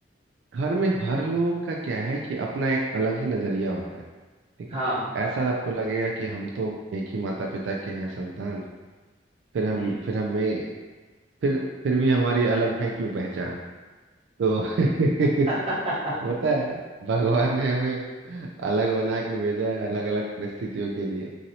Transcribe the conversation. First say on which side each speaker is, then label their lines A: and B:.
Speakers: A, on the right (about 70°); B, on the right (about 30°).
A: घर में हर लोग का क्या है कि अपना एक अलग ही नजरिया होता है ठीक
B: हाँ
A: है ऐसा आपको लगेगा कि हम तो एक ही माता पिता के हैं संतान फिर हम
B: हम्म
A: फिर हमें फिर फिर भी हमारी अलग है क्यों पहचान तो <laughs>
B: <laughs>
A: होता है भगवान ने हमें अलग बना के भेजा है अलग अलग परिस्थितियों के लिए